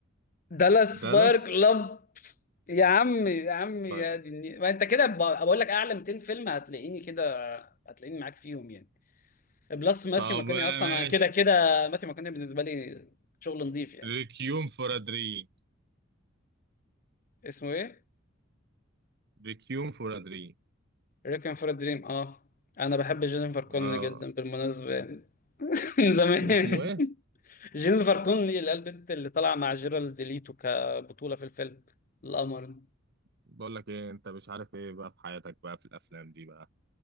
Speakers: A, on the left; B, on the right.
A: دالاس
B: دالاس
A: باير كلاب يا عم يا عم يا
B: طيب
A: دي النيل. ما انت كده ب- بقول لك اعلى 200 فيلم هتلاقيني كده هتلاقيني معاك فيهم يعني بلس ماثيو
B: طب
A: ماكوني اصلا
B: ماشي
A: انا كده كده ماثيو ماكوني بالنسبه لي شغل نظيف يعني
B: ريكيوم فور ا دريم
A: اسمه ايه؟
B: ريكيوم فور ا دريم
A: ريكوين فور دريم اه انا بحب جينيفر كونلي
B: اه
A: جدا بالمناسبه يعني <laughs> من زمان
B: اسمه إيه؟
A: جينيفر كونلي اللي هي البنت اللي طالعه مع جيرالد ليتو كبطوله في الفيلم القمر ده.
B: بقول لك ايه انت مش عارف ايه بقى في حياتك بقى في الافلام دي بقى